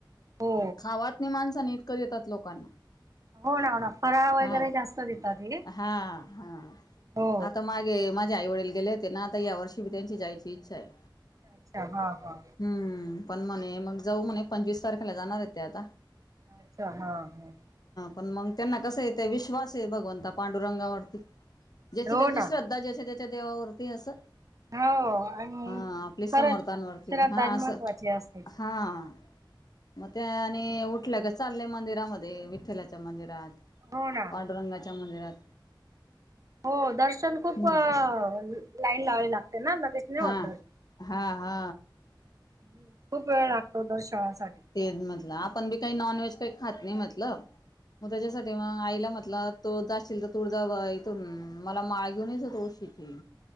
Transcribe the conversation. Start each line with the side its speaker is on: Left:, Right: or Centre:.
Right: हो
Left: खावात नाही माणसांनी नीट. तरी देतात लोकांना.
Right: होणा होणा फराळ वगैरे
Left: हा
Right: जास्त देतात हे.
Left: हा हा.
Right: हो
Left: आता मागे. आई वडील गेले होते ना आता या वर्षी बी त्यांची जायची इच्छा आहे.
Right: अच्छा हा हा.
Left: हम्म पण म्हणे मग जाऊ म्हणे पंचवीस तारखेला जाणार आहे ते आता.
Right: अच्छा हा हा.
Left: मग त्यांना कस येत विश्वास आहे भगवंता पांडुरंगावरती. ज्याची
Right: हो
Left: त्याची
Right: ना
Left: श्रद्धा जिथे जिथे. ते देवावरती अस.
Right: हो आणि
Left: हा आपली समर्थांवरती
Right: खरंच श्रद्धाच
Left: हा
Right: महत्त्वाची
Left: असं
Right: असते.
Left: हा मग त्या आणि. उठले की चाललंय मंदिरामध्ये विठ्ठलाच्या मंदिरात
Right: हो ना
Left: पाडुरंगाच्या मंदिरात
Right: हो दर्शन खूपप
Left: हम्म
Right: लाईन लावावी लागते ना लगेच नाही होत
Left: हा हा हा
Right: ह खूप वेळ लागतो दर्शनाचा साठी
Left: तेच म्हटलं आपण बी काही नॉनव्हेज काही खात नाही म्हटलं म्हटलं मग त्याच्यासाठी मग आईला म्हटलं तो जाशील तर तुळजाभवानी जाशील तिथून मला माळ घेऊन ये जा तुळशीची